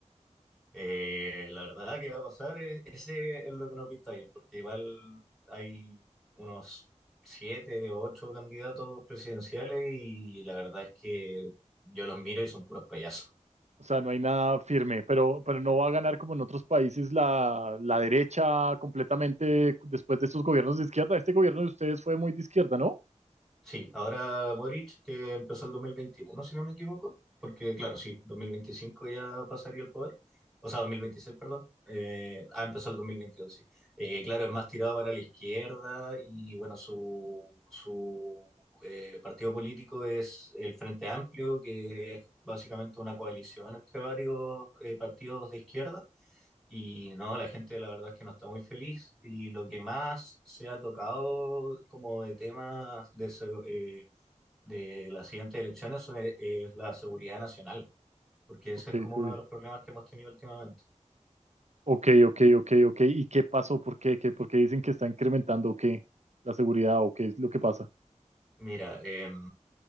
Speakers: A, in the centre; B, on the right (about 65°).
A: Eh, la verdad que va a pasar, eh, ese es lo que no pinta bien, porque igual hay unos siete o ocho candidatos presidenciales y la verdad es que yo los miro y son puros payasos.
B: O sea, no hay nada firme, pero, pero no va a ganar como en otros países la, la derecha completamente después de estos gobiernos de izquierda. Este gobierno de ustedes fue muy de izquierda, ¿no?
A: Sí, ahora Boric, que empezó el 2021, si no me equivoco, porque claro, sí, 2025 ya pasaría el poder, o sea, 2026, perdón, eh, ah, empezó el 2022, sí. Eh, claro, es más tirado para la izquierda y bueno, su, su eh, partido político es el Frente Amplio, que es básicamente una coalición entre varios eh, partidos de izquierda. Y no, la gente la verdad es que no está muy feliz y lo que más se ha tocado como de temas de, se- eh, de las siguientes elecciones es, es la seguridad nacional, porque ese
B: Ok,
A: es como
B: ok,
A: uno de los problemas que hemos tenido últimamente.
B: ok, ok, ok. ok. ¿Y qué pasó? ¿Por qué? ¿Qué? ¿Por qué dicen que está incrementando o qué? ¿La seguridad o qué es lo que pasa?
A: Mira, eh,